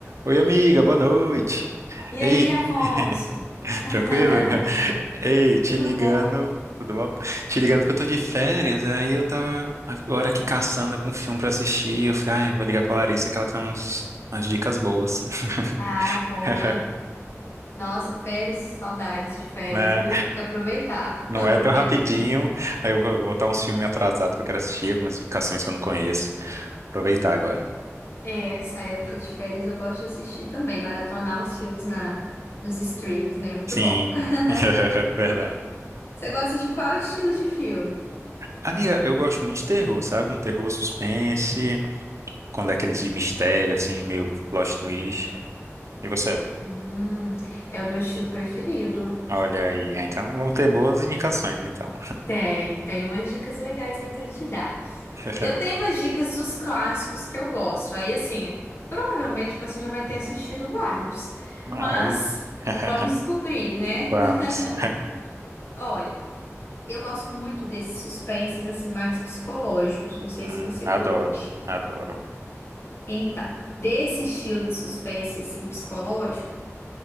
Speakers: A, on the right; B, on the left.
A: Oi, amiga, boa noite.
B: E
A: Ei,
B: aí, Afonso?
A: <laughs>
B: <laughs>
A: tranquilo? Ei, te
B: Tudo
A: ligando,
B: bom?
A: tudo bom? Te ligando porque eu tô de férias, aí eu tava agora aqui caçando algum filme pra assistir. Eu falei, ai, vou ligar pra Larissa que ela tem uns, umas dicas boas,
B: Ah,
A: <laughs>
B: boa. Nossa, férias, saudades de férias,
A: né?
B: viu? Tem que aproveitar.
A: Não
B: <laughs> Aproveita
A: é tão rapidinho.
B: mesmo.
A: Aí eu vou botar uns filmes atrasados que eu quero assistir, algumas indicações que eu não conheço. Aproveitar agora.
B: É, essa época de férias eu gosto de assistir também, maratonar os filmes na, nos streams, né? Muito
A: Sim,
B: bom. <laughs>
A: <laughs> verdade.
B: Você gosta de qual estilo de filme?
A: Amiga, eu gosto muito de terror, sabe? Um terror suspense. Quando é aqueles de mistério, assim, meio plot twist. E você?
B: Hum, é o meu estilo preferido.
A: Olha aí, é, então vamos ter boas indicações, então.
B: Tenho, tenho umas dicas legais aí pra te dar.
A: <laughs>
B: Eu tenho umas dicas dos clássicos que eu gosto. Aí, assim, provavelmente você já vai ter assistido vários.
A: Ah,
B: Mas
A: vamos. <laughs>
B: vamos descobrir, né?
A: Vamos.
B: <laughs> Olha, eu gosto muito desses suspenses, assim, mais psicológicos. Não sei
A: Hum,
B: se você
A: adoro,
B: curte.
A: adoro.
B: Então, desse estilo de suspense, assim, psicológico,